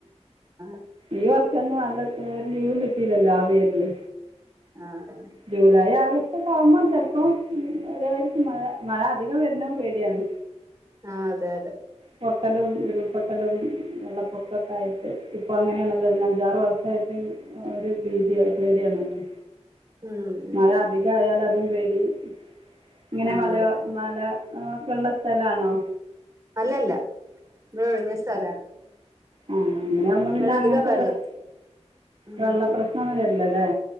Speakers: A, on the right; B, on the right.
A: ആഹ്
B: ഈ വർ ക്ഷൊന്നും വന്ന് ഒരു ലീവും കിട്ടിയിലല്ലോ ആ പേരില്
A: ആഹ
B: ജൂലൈ ആഗസ്റ്റ് ഒക്കെ ആവുമ്പോ ചിലപ്പോം വരോയ്ക്കും മഴ മഴ അധികം വരുന്നതും പേടിയാണ്
A: ആ അതെ അതെ
B: പൊട്ടലും ഉരുൾപൊട്ടലും വെള്ളപ്പൊക്കൊക്കെ ആയിട്ട് ഇപ്പൊ അങ്ങനെയാണല്ലോ ഈ അഞ്ചാറ് വർഷായിട്ട് ഒരു ഭീതി പേടിയാണല്ലോ
A: ഉം ഉം
B: മഴ അധികായാല് അതും പേടി ഇങ്ങനെ
A: ആഹ്
B: മലയ
A: അതെ
B: മല ഓക്കെള്ള സ്ഥലാണോ
A: അല്ലല്ല ഇബടെ ഒഴിഞ്ഞ സ്ഥലാണ്
B: ആ അങ്ങനെയാകുമ്പോൾ
A: ഉം ഇവിടധികം
B: പിന്നെ അങ്ങനത്തെ
A: വെള്ള
B: പ്രശ്നം
A: ഉം
B: വെള്ള പ്രശ്നൊന്നും വെര്ല്ലല്ലേ